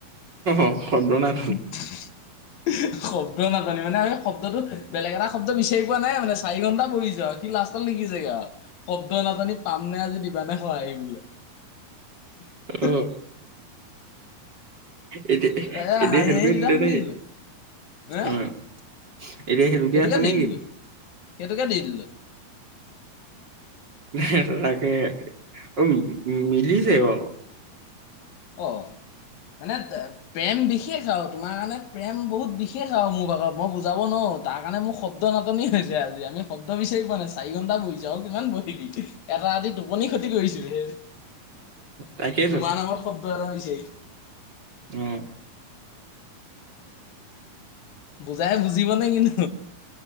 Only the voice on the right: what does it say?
অ' শব্দৰ না
অ', এতিয়া
এতিয়া
সেইটোকে
দিলে
নেকি?
অ', এতিয়া
আছে নেকি?
হে তাকে অ, মিলিছে বাৰু।
তাকেইতো
উম,